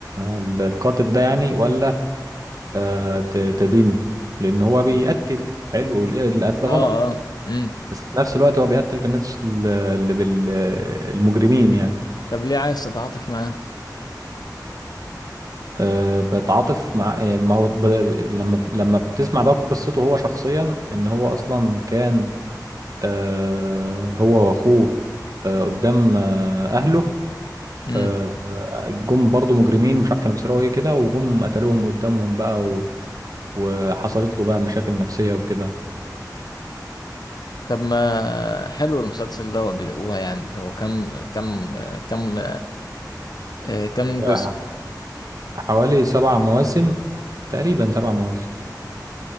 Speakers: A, on the right (about 55°); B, on the left (about 65°).
A: ال- القاتل ده يعني ولا آه، ت- تدينه لان هو بيقتل حلو وال- القتل غلط
B: آه آه مم.
A: بس في نفس الوقت هو بيقتل في الناس ال- اللي بال... المجرمين يعني
B: طب ليه عايز تتعاطف معاه؟
A: أه بتعاطف مع آه، ما هو ب... لما لما بتسمع بقى قصته هو شخصيا ان هو اصلا كان أه هو واخوه أه قدام آه، اهله
B: مم.
A: أه آه، جم برضو مجرمين مش عارف كانوا بيسرقوا ايه كده وجم قتلوهم قدامهم بقى و... وحصلت له بقى مشاكل نفسية وكده
B: طب ما حلو المسلسل ده هو بي- هو يعني هو كم كم كم آه، كم
A: آه،
B: جزء
A: حوالي سبع مواسم تقريبا سبع مواسم